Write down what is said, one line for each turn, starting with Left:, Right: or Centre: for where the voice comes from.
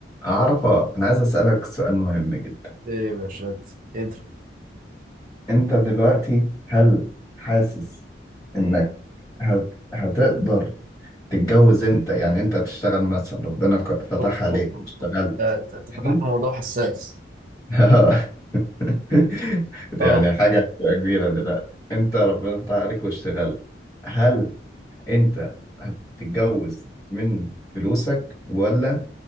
Left: عرفة أنا عايز أسألك سؤال مهم جدا
Right: ايه يا باشا قدر
Left: أنت دلوقتي هل حاسس إنك هت... هتقدر تتجوز أنت يعني أنت تشتغل مثلا ربنا ك- فتح
Right: اوف
Left: عليك
Right: اوف اوف
Left: واشتغلت
Right: أوف. آه، انت أنت
Left: حلو
Right: فتحت موضوع حساس
Left: آه. <laughs> دي
Right: اه
Left: يعني حاجة هتبقى كبيرة دلوقتي أنت ربنا فتح عليك واشتغلت هل أنت هتتجوز من فلوسك ولا